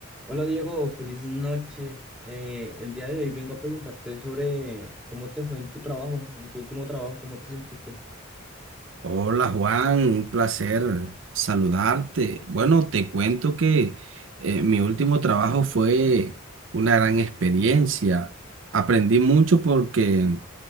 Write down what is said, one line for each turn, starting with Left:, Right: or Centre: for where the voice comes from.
Centre: Hola Diego, feliz noche. Eh, el día de hoy vengo a preguntarte sobre cómo te fue en tu trabajo, en tu último trabajo, cómo te sentiste
Right: Hola Juan, un placer saludarte. Bueno, te cuento que eh, mi último trabajo fue una gran experiencia. Aprendí mucho porque